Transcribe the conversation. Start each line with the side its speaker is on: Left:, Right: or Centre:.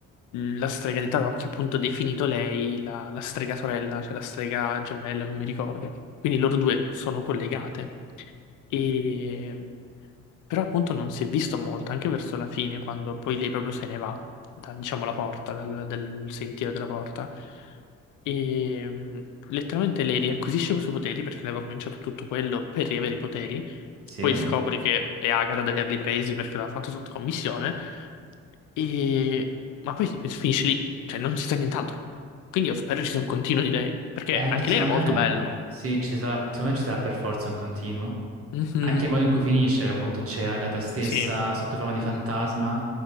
Left: la strega di Tarocchi ha appunto definito lei la, la strega sorella, cioè la strega gemella, non mi ricordo. Quindi loro due sono collegate. E... Però appunto non si è visto molto, anche verso la fine, quando poi lei proprio se ne va da, diciamo, la porta, dal, del sentiero della porta. E mm, letteralmente lei riacquisisce i suoi poteri perché lei aveva cominciato tutto quello per riavere i poteri.
Right: Sì.
Left: Poi scopri che è Agatha ad averli presi perché l'ha fatto sotto commissione. E... Ma poi finisce lì, cioè non si sa nient'altro. Quindi io spero ci sia un continuo di lei, perché
Right: E anche
Left: anche
Right: secondo
Left: lei era molto
Right: me,
Left: bella.
Right: sì, ci sarà, secondo me ci sarà per forza un continuo.
Left: Mhm,
Right: Anche il modo in cui finisce, che appunto c'è Agatha stessa
Left: Sì,
Right: sotto forma di fantasma